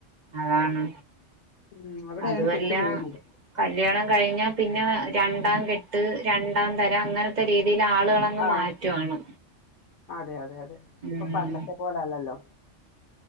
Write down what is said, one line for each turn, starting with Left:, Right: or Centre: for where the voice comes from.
Right: അതാണ്
Left: ഉം അവിടെയാണ്
Right: അതുവല്ലാ.
Left: പെട്ടു പോകുന്നത്
Right: കല്യാണം കഴിഞ്ഞാ പിന്നെ രണ്ടാം കെട്ട് രണ്ടാം തരം അങ്ങനത്തെ രീതിൽ ആളുകള്. അങ്ങ്
Left: ആഹ്
Right: മാറ്റു ആണ്.
Left: അതെ അതെ അതെ ഇപ്പൊ
Right: ഉം
Left: പണ്ടത്തെ പോലല്ലല്ലോ?